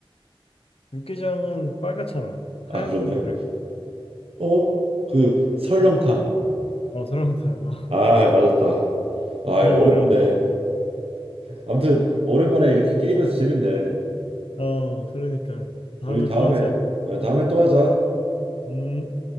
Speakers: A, on the left; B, on the right.
A: 육개장은 빨갛잖아. 하얀
B: 아, 그런데.
A: 국물을.
B: 어? 그, 설렁탕.
A: 어, 설렁탕. 어,
B: 아,
A: <laughs>
B: 맞았다. 아,
A: 너무
B: 어려웠네.
A: 어려워.
B: 아무튼, 오랜만에 이렇게 게임해서 재밌네.
A: 어, 그러니까. 다음에
B: 우리 다음에,
A: 또 하자.
B: 네, 다음에 또 하자.
A: 음.